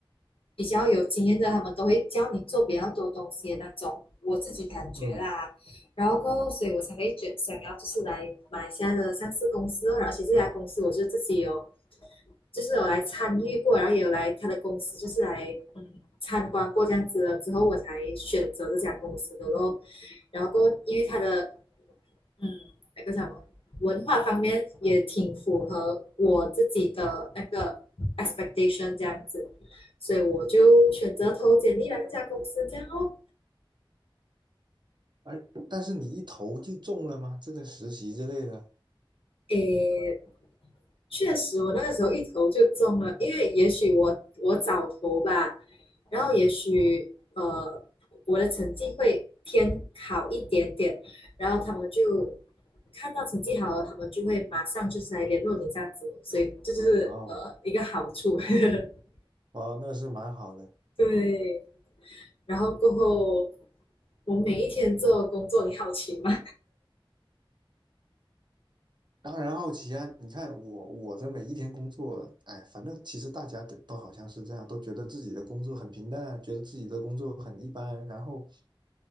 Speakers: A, on the left; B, on the right.
A: 比较有经验的，他们都会教你做比较多东西的那种，我自己感觉啦，
B: 嗯，
A: 然后过后所以我才会觉想要就是来马来西亚的上市公司哦，而且这家公司我就自己有就是有来参与过，然后也有来他的公司就是来嗯。参观过这样子了之后，我才选择这家公司的咯。然后因为他的嗯，那个叫什么文化方面也挺符合我自己的那个 expectation 这样子，所以我就选择投简历来这家公司，这样哦，
B: 而但是你一投就中了吗？这个实习之类的。
A: 诶，确实我那个时候一投就中了，因为也许我我早投吧，然后也许呃我的成绩会偏好一点点，然后他们就。看到成绩好了，他们就会马上就是来联络你这样子，所以这就是呃一个好处。
B: 哇哦，
A: <laughs>
B: 哇哦，那是蛮好的。
A: 对，然后过后，我每一天做的工作，你好奇吗？
B: 当然好奇啊，你看我我的每一天工作，哎，反正其实大家都都好像是这样，都觉得自己的工作很平淡，觉得自己的工作很一般，然后